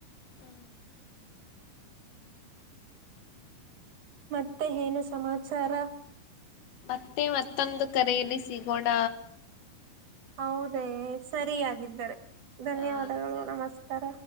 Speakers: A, on the left (about 65°); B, on the right (about 55°).
A: ಹ.
B: ಮತ್ತೆ ಏನು ಸಮಾಚಾರ.
A: ಮತ್ತ <unintelligible> ಮತ್ತೆ ಮತ್ತೊಂದು ಕರೆಯಲ್ಲಿ ಸಿಗೋಣ.
B: ಹೌದೇ ಸರಿಯಾಗಿದ್ದರೆ. ಧನ್ಯವಾದಗಳು
A: ಹ ಸರಿ ಸರಿ
B: ನಮಸ್ಕಾರ.